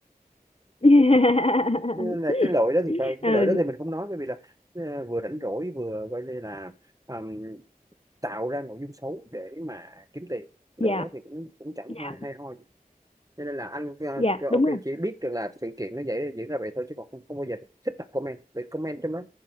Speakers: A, on the left (about 40°); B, on the right (about 25°).
A: <laughs>
B: Cho Nên là cái đội đó thì phải-
A: ừ,
B: cái đội đó thì mình không nói bởi vì là ờ, vừa rảnh rỗi vừa coi như là ừm, tạo ra nội dung xấu để mà kiếm tiền cái
A: dạ
B: đội đó thì cũng cũng chẳng
A: dạ
B: hoa hay ho cho nên là anh
A: dạ
B: ờ,
A: đúng
B: ok
A: rồi
B: chỉ biết được là sự kiện nó vậy diễn ra vậy thôi chứ còn không, không bao giờ thích đọc comment vì comment trong đó